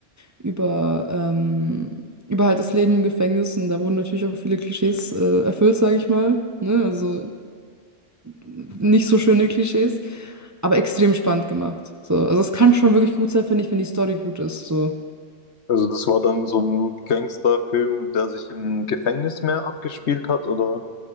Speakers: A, on the right; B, on the left.
A: über, ähm, über halt das Leben im Gefängnis und da wurden natürlich auch viele Klischees äh, erfüllt, sage ich mal. Ne? Also nicht so schöne Klischees, aber extrem spannend gemacht. So. Also es kann schon wirklich gut sein, finde ich, wenn die Story gut ist. So.
B: Also das war dann so ein Gangsterfilm, der sich im Gefängnis mehr abgespielt hat, oder?